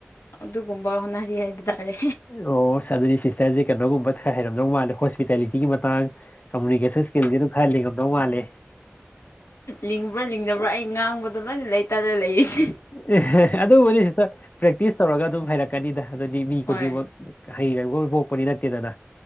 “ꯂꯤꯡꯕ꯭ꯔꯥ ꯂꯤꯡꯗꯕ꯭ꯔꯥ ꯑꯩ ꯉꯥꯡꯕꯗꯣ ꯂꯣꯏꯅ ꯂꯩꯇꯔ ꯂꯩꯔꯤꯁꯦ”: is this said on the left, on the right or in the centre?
Left